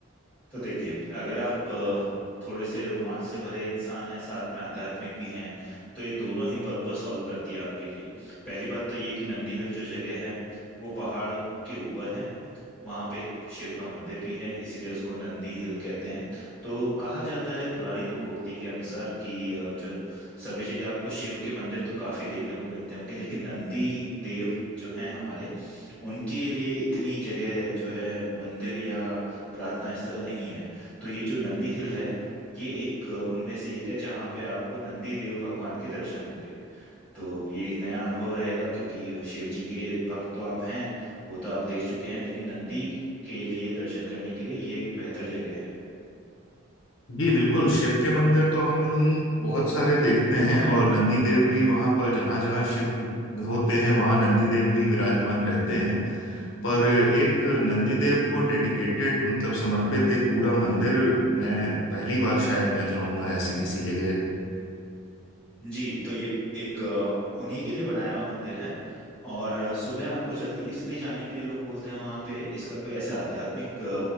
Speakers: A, in the centre; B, on the left.
A: तो देखिए अगर आप अ, थोड़े से रोमांच से भरे इंसान हैं साथ में आध्यात्मिक भी हैं तो ये दोनों ही पर्पस सॉल्व करती है आपके लिए पहली बात तो ये कि नंदी हिल जो जगह है वो पहाड़ के ऊपर है वहाँ पे एक शिव का मंदिर भी है इसीलिए उसको नंदी हिल कहते हैं तो कहा जाता है पुरानी लोकोक्ति के अनुसार कि अ, जो सभी जगह आपको शिव के मंदिर तो काफी देखने को मिलते होंगे लेकिन नंदी देव जो हैं हमारे उनके लिए इतनी जगह जो है मंदिर या प्रार्थना स्थल नहीं है तो ये जो नंदी हिल है ये एक अ, उनमें से एक है जहाँ पे आपको नंदी देव भगवान के दर्शन होंगे तो ये एक नया अनुभव रहेगा क्योंकि शिव जी के भक्त तो आप हैं वो तो आप देख चुके हैं लेकिन नंदी के लिए दर्शन करने के लिए ये एक बेहतर जगह है
B: जी बिल्कुल शिव के मंदिर तो हम बहुत सारे देखते हैं और नंदी देव भी वहां पर जहां जहां शिव होते हैं वहां नंदी देव भी विराजमान रहते हैं पर एक नंदी देव को डेडिकेटेड मतलब समर्पित एक पूरा मंदिर मैं पहली बार शायद मैं जाऊंगा ऐसी किसी जगह
A: जी तो ये एक अ, उन्हीं के लिए बनाया हुआ मंदिर है और अ, सुबह आपको जल्दी इसलिए जाने के लिए लोग बोलते हैं वहाँ पे इसका कोई ऐसा आध्यात्मिक